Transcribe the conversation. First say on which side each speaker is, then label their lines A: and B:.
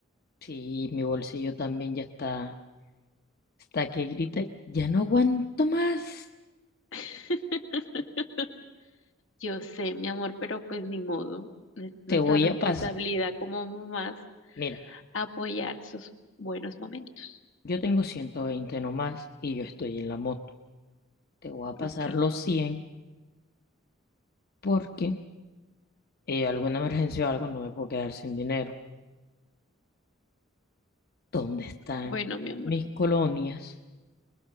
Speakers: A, on the left; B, on the left.
A: Sí, mi bolsillo también ya está, está que grita, ya no aguanto más,
B: <laughs> Yo sé, mi amor, pero pues ni modo. Es
A: te
B: nuestra
A: voy
B: responsabilidad
A: a pasar,
B: como mamás
A: mira,
B: apoyar sus buenos momentos.
A: yo tengo 120 nomás y yo estoy en la moto, te voy a pasar
B: Ok,
A: los 100 porque eh, alguna emergencia o algo no me puedo quedar sin dinero. ¿Dónde están
B: bueno, mi amor.
A: mis colonias?